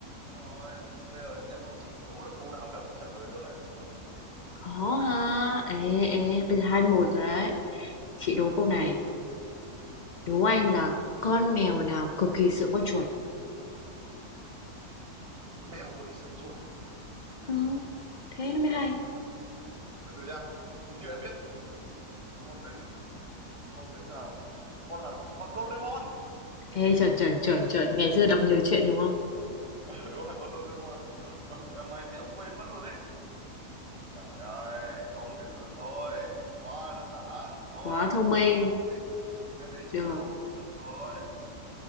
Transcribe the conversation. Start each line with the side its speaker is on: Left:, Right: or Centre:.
Right: Đúng rồi, bây giờ em đố chị mà đố được câu nào mà em không trả lời được ấy.
Left: Khó ha. Ê ê, bây giờ hai một rồi đấy. Chị đố câu này. Đố em là con mèo nào cực kỳ sợ con chuột?
Right: Mèo mà bị sợ chuột.
Left: Ừ, thế nó mới hay.
Right: Mèo. Từ từ nha. Hình như em biết con đấy, con đấy là con là con Doraemon.
Left: Ê chuẩn chuẩn chuẩn chuẩn, ngày xưa đọc nhiều chuyện đúng không?
Right: <laughs> đúng rồi, con Doraemon sợ chuột. Ừ, em may thì em quên mất luôn đấy. Trời ơi, không thể lừa được tôi. Quá đơn giản. Thôi
Left: Quá
Right: để em
Left: thông
Right: đố
Left: minh.
Right: cho. Em thấy chị
Left: Được.
Right: đố không được rồi.